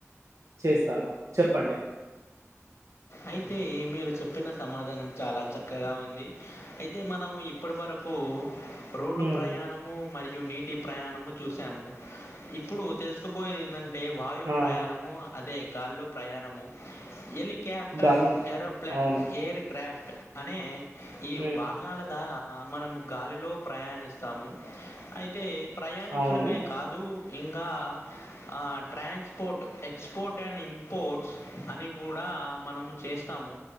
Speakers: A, on the right; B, on the left.
A: చేస్తారు చెప్పండి
B: అయితే మీరు చెప్పిన సమాధానం చాలా చక్కగా ఉంది అయితే మనము ఇప్పడి వరం కు రోడ్డు
A: ఉమ్,
B: ప్రయాణం ము మరియు నీటి ప్రయాణము చూసాము ఇప్పుడు తెలుస్కుబోయిందేన్ టె వాయు
A: ఆ
B: ప్రయాణము అదే గాల్లో ప్రయాణము ఎలి క్యాప్టర్
A: గాలి
B: ఏరోప్లేన్
A: అవును
B: ఎయిర్ క్రాఫ్ట్ అనే ఈ
A: హ్మ్.
B: వాహనాల దారా ఆ మనము గాలిలో ప్రయాణిస్తాము అయితే ప్రయాణించడమే
A: అవును.
B: క్ కాదు ఇంగా ఆ ట్రాన్స్పోర్ట్ ఎక్స్పోర్ట్ అండ్ ఇం పోర్ట్స్ అని గూడా మనము చేస్తాము